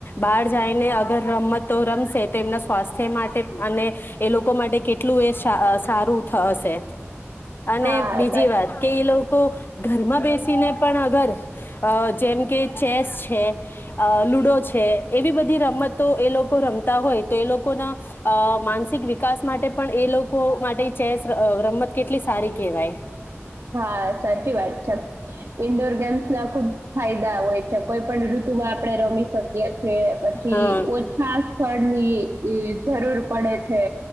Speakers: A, on the left; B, on the right.
A: બહાર જઈને અગર રમતો રમશે તો એમના સ્વાસ્થ્ય માટે અને એ લોકો માટે કેટલું એ સા અહ સારું થશે. અને
B: હા.
A: બીજી વાત કે એ લોક કો ઘરમાં બેસીને પણ અગર અહ જેમ કે તેસ છે અહ લુ ડો છે એવી બધી રમતો એ લોકો રમતા હોય તો એ લોકો ના અહ માનસિક વિ વિકાસ માટે પણ એ લોકો માટે ચેસ અહ રમત કેટલી સારી કેહેવાય.
B: હા, સાચી વાત છે. ઈન્ડોર ગેમ્સ ના ખુબ ફાયદા હોય છે. કોઈ પણ ઋતુમાં આપણે રમી શકીએ છીએ પછી
A: હા
B: ઓછા સ્થળની જરૂર પડે છે.